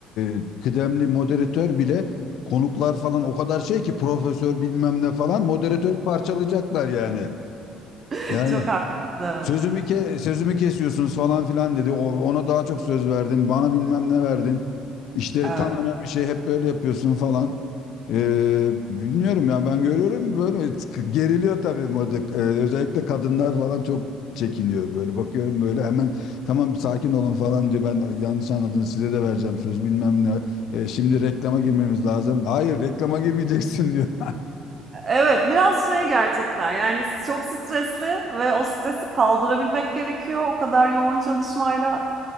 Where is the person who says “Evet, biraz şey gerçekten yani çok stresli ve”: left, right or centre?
Right